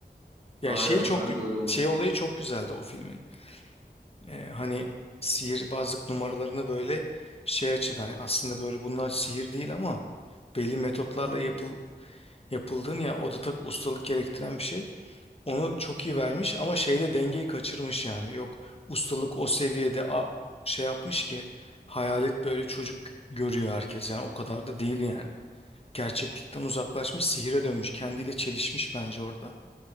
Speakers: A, on the left; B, on the right.
A: Ya
B: Aynen
A: şey çok
B: ben de öyle oldum.
A: şey olayı çok güzeldi o filmin. Ee, hani sihirbazlık numaralarını böyle şey açıdan hani aslında böyle bunlar sihir değil ama belli metotlarla
B: Hı hı,
A: yapıl yapıldığın ya o da tabii ustalık gerektiren bir şey. Onu çok
B: hı hı,
A: iyi vermiş ama şeyde dengeyi kaçırmış yani. Yok ustalık o seviyede a- şey yapmış ki hayalet böyle çocuk görüyor herkes yani o kadar da değil yani. Gerçeklikten uzaklaşmış, sihire dönmüş, kendiyle çelişmiş bence orada.